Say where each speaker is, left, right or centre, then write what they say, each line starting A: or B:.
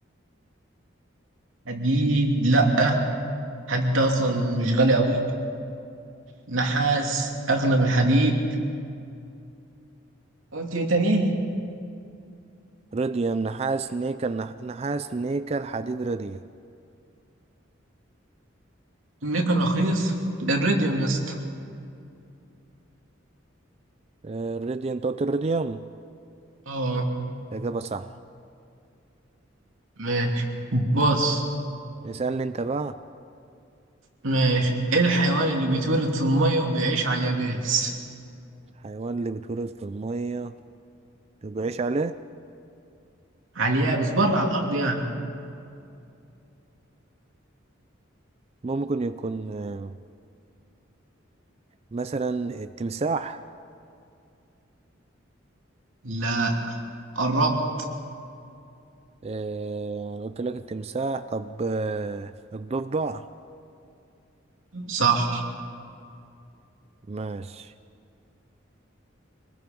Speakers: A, on the right; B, on the right.
A: حديد لأ حديد ده أصلا مش غالي أوي نحاس أغلى من الحديد قلت ايه تاني؟
B: رديوم نحاس نيكل نح... نحاس نيكل حديد رديوم
A: النيكل رخيص الريديوم يا اسطى
B: آه، الرديوم أنت قلت الرديوم
A: اه
B: الإجابة صح
A: ماشي بص
B: اسألني أنت بقى
A: ماشي ايه الحيوان اللي بيتولد في المية وبيعيش على اليابس؟
B: حيوان اللي بيتولد في المية وبيعيش عليه
A: على اليابس بره على الأرض يعني
B: ممكن يكون آه، مثلا التمساح
A: لا قربت
B: آه، أنا قلت لك التمساح طب آه، الضفدع
A: صح
B: ماشي